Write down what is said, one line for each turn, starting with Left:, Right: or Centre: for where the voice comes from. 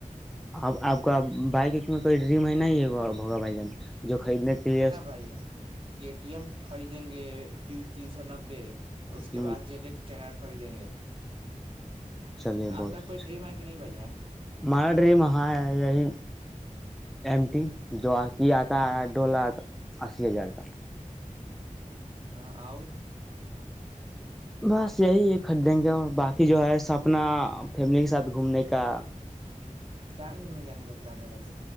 Centre: آپ آپ بائکک میں کوئی ڈریم ہے ن ہے بوگا بھائی جان جو خریدنے کے لیے
Right: ہ نہ بھائی ٹی ایم خریدیں گے ڈیو تین سو نبے اور اس کے
Centre: ہ
Right: بعد جے ڈس ٹر خریدیں گے
Centre: چلیے
Right: آپ
Centre: بہت
Right: کا
Centre: اچھا
Right: کوئی ڈریم ہے کہ نہیں بھائی جان
Centre: ہمارا ڈریم ہاں ہے یہی ایمٹی جوک آتا ڈ لاکھ اسیی ہزار کا
Right: ہاں اور
Centre: بس یہی یہ خریدیں گے اور باقی جو ہے سپنا فیملی کے ساتھ گھومنے کا
Right: کیا گھومنے جانے کا پلان ہے بھائی